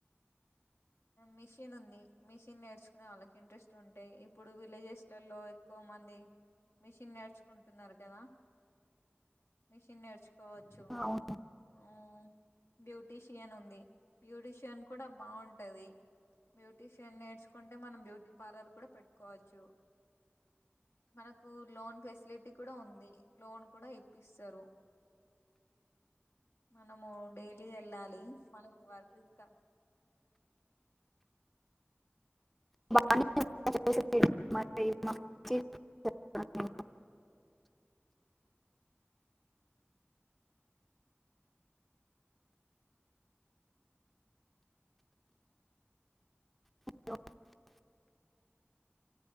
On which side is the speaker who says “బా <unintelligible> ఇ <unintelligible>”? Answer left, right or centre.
Centre